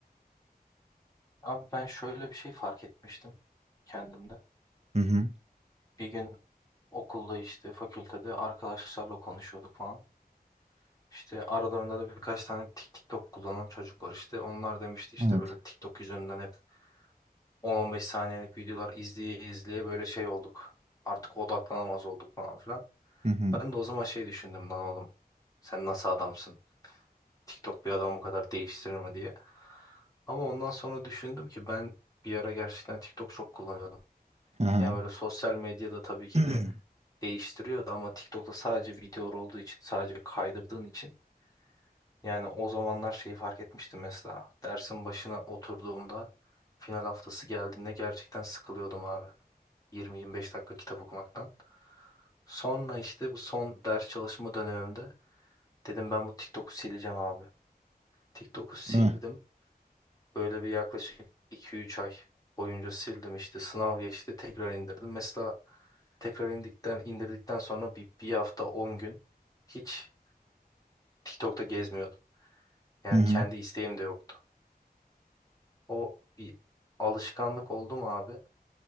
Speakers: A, on the left; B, on the right.
A: Abi ben şöyle bir şey fark etmiştim kendimde.
B: Hı hı.
A: Bir gün okulda işte fakültede arkadaşlarla konuşuyorduk falan. İşte aralarında da birkaç tane Tik- TikTok kullanan çocuk var işte. Onlar demişti işte
B: Evet.
A: böyle TikTok yüzünden hep 10-15 saniyelik videolar izleye izleye böyle şey olduk. Artık odaklanamaz olduk falan filan.
B: Hı hı.
A: Ben de o zaman şey düşündüm lan oğlum. Sen nasıl adamsın? TikTok bir adamı bu kadar değiştirir mi diye. Ama ondan sonra düşündüm ki ben bir ara gerçekten TikTok çok kullanıyordum.
B: Aha.
A: Yani böyle sosyal medyada tabii ki
B: <clears throat> Değil
A: de değiştiriyordu ama TikTok'ta sadece videolar olduğu için, sadece kaydırdığın için. Yani o zamanlar şeyi fark etmiştim mesela. Dersin başına oturduğumda final haftası geldiğinde gerçekten sıkılıyordum abi. 20-25 dakika kitap okumaktan. Sonra işte bu son ders çalışma dönemimde dedim ben bu TikTok'u sileceğim abi. TikTok'u sildim.
B: mi?
A: Böyle bir yaklaşık 2-3 ay boyunca sildim işte sınav geçti tekrar indirdim. Mesela tekrar indikten, indirdikten sonra bir, bir hafta 10 gün hiç TikTok'ta gezmiyordum. Yani
B: Hı hı.
A: kendi isteğim de yoktu. O bir alışkanlık oldu mu abi?